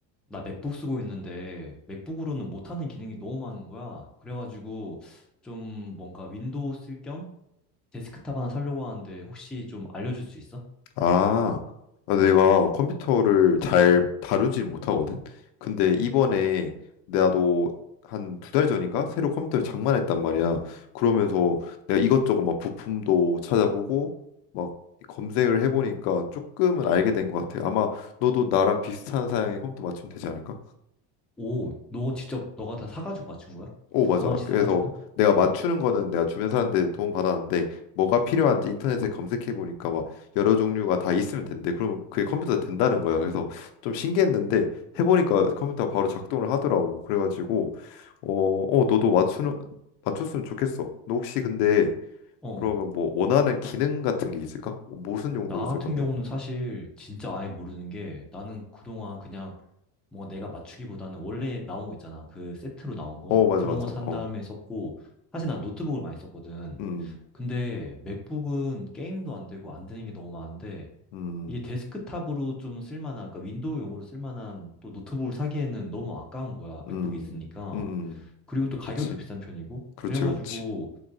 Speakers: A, in the centre; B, on the left.
A: 나 맥북 쓰고 있는데 맥북으로는 못하는 기능이 너무 많은 거야. 그래가지고 좀 뭔가 윈도우 쓸 겸 데스크탑 하나 사려고 하는데 혹시 좀 알려줄 수 있어?
B: 아, 아, 내가 컴퓨터를 잘 다루질 못하거든. 근데 이번에 나도 한 두 달 전인가 새로 컴퓨터를 장만했단 말이야. 그러면서 내가 이것저것 막 부품도 찾아보고 막 검색을 해보니까 조금은 알게 된 것 같아. 아마 너도 나랑 비슷한 사양의 컴퓨터 맞추면 되지 않을까?
A: 오, 너 직접 너가 다 사가지고 맞춘 거야?
B: 오,
A: 부품
B: 맞아.
A: 하나씩
B: 그래서
A: 사가지고?
B: 내가 맞추는 거는 내가 주변 사람들 도움 받았는데 뭐가 필요한지 인터넷에 검색해 보니까 막 여러 종류가 다 있으면 된대. 그러면 그게 컴퓨터에 된다는 거야. 그래서 좀 신기했는데 해보니까 컴퓨터가 바로 작동을 하더라고. 그래가지고 어, 어, 너도 맞추는 맞췄으면 좋겠어. 너 혹시 근데
A: 어. 어.
B: 그러면 뭐 원하는 기능 같은 게 있을까? 무슨 용도로
A: 나
B: 쓸
A: 같은
B: 건데?
A: 경우는 사실 진짜 아예 모르는 게 나는 그동안 그냥 뭐 내가 맞추기보다는 원래 나온 거 있잖아. 그 세트로 나온 거.
B: 어, 맞아,
A: 그런
B: 맞아.
A: 거 산
B: 어,
A: 다음에 썼고, 사실 난 노트북을 많이 썼거든.
B: 음,
A: 근데 맥북은 게임도 안 되고 안 되는 게 너무 많은데,
B: 음,
A: 이게 데스크탑으로 좀 쓸만한, 그러니까 윈도우용으로 쓸만한 또 노트북을 사기에는 너무 아까운 거야.
B: 음,
A: 맥북이 있으니까.
B: 음, 음,
A: 그리고 또 가격도
B: 그렇지,
A: 비싼 편이고.
B: 그렇지,
A: 그래가지고
B: 그렇지.